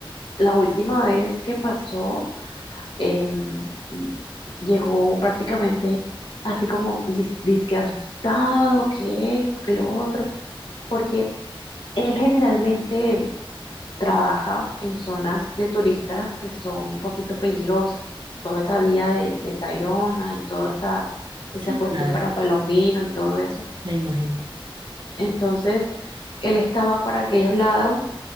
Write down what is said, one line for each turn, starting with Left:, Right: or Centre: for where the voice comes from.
Left: La última vez que pasó, em, llegó prácticamente así como dis- dizque asustado, que esto, que lo otro, porque él generalmente trabaja en zonas de turistas que son un poquito peligrosas. Toda esa vía de, de Tayrona y toda esa, esa
Right: sí,
Left: cuestión
Right: claro,
Left: para Palomino y todo eso.
Right: me imagino.
Left: Entonces, él estaba para aquellos lados